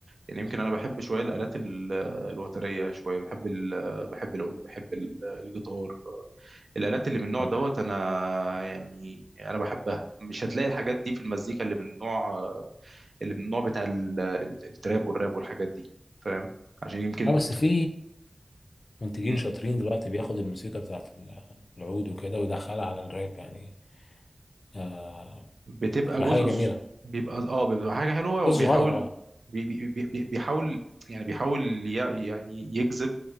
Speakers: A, on the right (about 80°); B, on the left (about 70°).
A: يعني يمكن انا بحب شوية الآلات ال- الوترية شوية بحب ال- بحب العود بحب ال- الجيتار الآلات اللي من النوع
B: اه
A: دوت أنا يعني أنا بحبها مش هتلاقي الحاجات دي في المزيكا اللي من النوع اللي من النوع بتاع ال- ال- التراب والراب والحاجات دي فاهم عشان يمكن
B: اه بس في منتجين
A: مم.
B: شاطرين دلوقتي بياخد الموسيقى بتاعت العود وكده ويدخلها على الراب يعني آه
A: بتبقى
B: بتبقى
A: جزء
B: حاجة جميلة
A: ص- بيبقى اه بيبقى حاجة حلوة هو
B: بس
A: بيحاول
B: صغير اه
A: بي بي بي بي- بيحاول يعني بيحاول يع- يعني يجذب